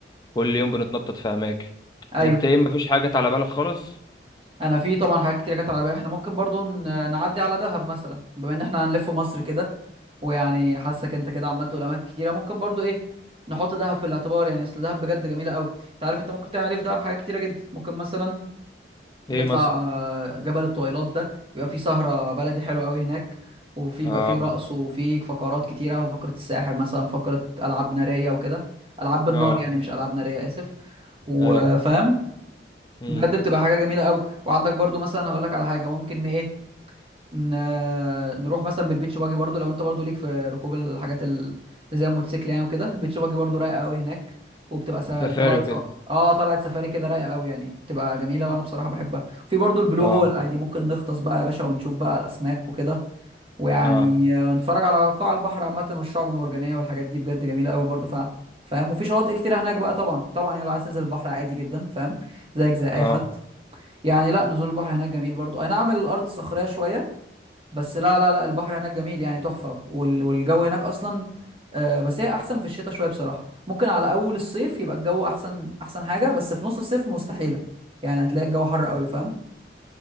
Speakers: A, on the left; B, on the right.
A: كل يوم بنتنطط في أماكن
B: ايوه
A: أنت إيه مفيش حاجة على بالك خالص
B: انا في طبعا حاجات كتير جت على بالي احنا ممكن برضو ن- نعدي على دهب مثلا بما ان احنا هنلف مصر كده ويعني حاسك انت كده عمال تقول اماكن كتيره ممكن برضو ايه نحط دهب في الاعتبار يعني اصل دهب بجد جميله قوي انت عارف انت ممكن تعمل ايه في دهب حاجات كتيره جدا ممكن مثلا نطلع
A: إيه مثلا
B: آه، جبل الطويلات ده بيبقى فيه سهره بلدي حلوه قوي هناك وفي
A: اه
B: بيبقى فيه رقص وفي فقرات كتيره فقره الساحر مثلا فقره العاب ناريه وكده العاب بالنار
A: اه
B: يعني مش العاب ناريه اسف وفاهم
A: اي امم
B: بجد بتبقى حاجه جميله قوي وعندك برضو مثلا هقول لك على حاجه ممكن ن- ايه ن... نروح مثلا بالبيتش باجي برضو لو انت برضو ليك في ركوب الحاجات ال- اللي زي الموتوسيكل يعني وكده البيتش باجي برضو رايقه قوي هناك وبتبقى س...
A: سفاري
B: طلعت
A: وكده
B: سو... اه طلعت سفاري كده رايقه قوي يعني بتبقى جميله وانا بصراحه بحبها في برضو البلو
A: اه
B: هول عادي ممكن نغطس بقى يا باشا ونشوف بقى الاسماك وكده ويعني
A: اه
B: آه، نتفرج على قاع البحر عامه والشعب المرجانيه والحاجات دي بجد جميله قوي برضو فعلا فاهم وفي شواطئ كتيره هناك بقى طبعا طبعا يعني لو عايز تنزل البحر عادي جدا فاهم زيك زي اي
A: اه
B: حد يعني لا نزول البحر هناك جميل برضو اي نعم الارض صخريه شويه بس لا لا لا البحر هناك جميل يعني تحفه وال... والجو هناك اصلا آه، بس هي احسن في الشتاء شويه بصراحه ممكن على اول الصيف يبقى الجو احسن احسن حاجه بس في نص الصيف مستحيله يعني هتلاقي الجو حر قوي فاهم